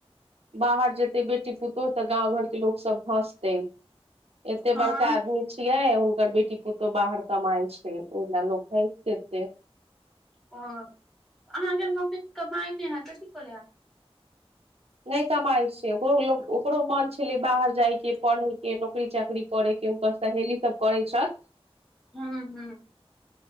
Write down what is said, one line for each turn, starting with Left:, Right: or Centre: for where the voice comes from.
Right: बाहर जेते बेटी पुतोह तऽ गाँंव घर के लोक सब हसते एते
Centre: हँ
Right: बड़का आदमी छियै हुनकर बेटी पुतहु बाहर कमाइ छै ओहि ल लोक हैस देतै
Centre: ओ अहाँके नोनैद कमाई नहि हयत कथी करैब
Right: नहि कमाइ छै ओकरो ओकरो मन छलै बाहर जाय के पढ़े के नौकरी चाकरी नौकरी करे के हुनकर सहेली सब करै छथि
Centre: हँ हँ